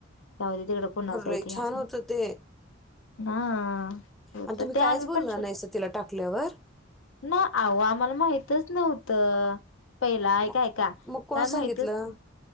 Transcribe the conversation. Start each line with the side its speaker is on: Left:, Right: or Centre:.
Left: राहुदे तिकड कुणाचहाय
Centre: खरं लय
Left: ते
Centre: छान
Left: अस
Centre: होतं
Left: म्ह-
Centre: ते
Left: हां-
Centre: आणि
Left: त तर
Centre: तुम्ही
Left: ते
Centre: कायच
Left: आम्ही
Centre: बोलला
Left: पण शो-
Centre: नाही सर तिला टाकल्यावर
Left: ना, आहो आम्हाला माहि- हितच नव्हत पहिला आयका
Centre: मग
Left: -आयका
Centre: मग कोण
Left: काय माहितच.
Centre: सांगितलं